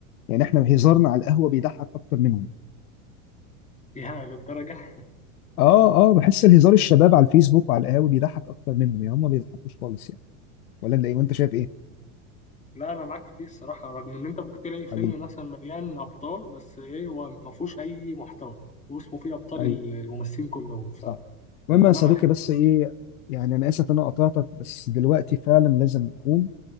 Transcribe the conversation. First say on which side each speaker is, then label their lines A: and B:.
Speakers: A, on the left; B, on the left.
A: يعني احنا هزارنا على القهوه بيضحك اكتر منهم
B: يا للدرجة
A: اه اه بحس الهزار الشباب على الفيسبوك وعلى القهاوي بيضحك اكتر منهم يا هم ما بيضحكوش خالص يعني ولا انت ايه وانت شايف ايه
B: لا أنا معاك في دي الصراحة رغم إن أنت ممكن تلاقي فيلم
A: علي
B: مثلا مليان أبطال بس إيه هو ما فيهوش أي محتوى واسمه فيه أبطال
A: ايوه
B: الممثلين كلهم
A: صح
B: فالأمانة
A: المهم يا صديقي
B: إحنا
A: بس ايه يعني انا اسف ان انا قطعتك بس دلوقتي فعلا لازم اقوم